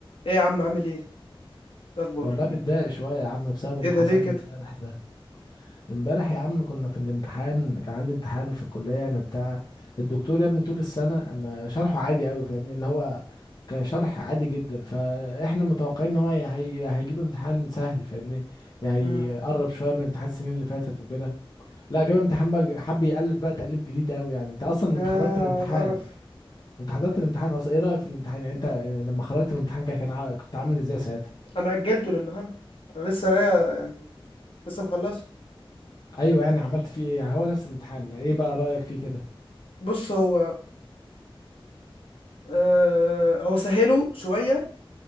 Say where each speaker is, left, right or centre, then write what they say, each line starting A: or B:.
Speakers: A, on the left; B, on the left.
A: ايه يا عم عامل ايه إيه الاخبار
B: والله متضايق شوية يا عم بسبب اللي
A: ايه ده
B: حصل
A: ليه كده
B: لي امبارح ده امبارح يا عم كنا في الامتحان كان عندي امتحان في الكلية يعني بتاع الدكتور يا ابني طول السنة ما شرحه عادي قوي فاهمني اللي هو كان شرح عادي جدا فاحنا متوقعين ان هو هي هي- يا هيجيب امتحان سهل فاهمني يعني
A: مم.
B: هيقرب شوية من امتحان السنين اللي فاتت وكده لا جاب امتحان بقى حب يألف بقى تأليف جديد قوي يعني انت اصلا
A: يا
B: انت حضرت الامتحان
A: على القرف
B: انت حضرت الامتحان اصلا ايه رأيك في الامتحان يعني انت لما خرجت من الامتحان كان كان عا- كنت عامل ازاي ساعتها
A: انا اجلته للنهارده انا لسه لا يعني لسه مخلصه
B: ايوه يعني عملت فيه ايه يعني هو نفس الامتحان ايه بقى رأيك فيه كده
A: بص هو آه هو سهله شويه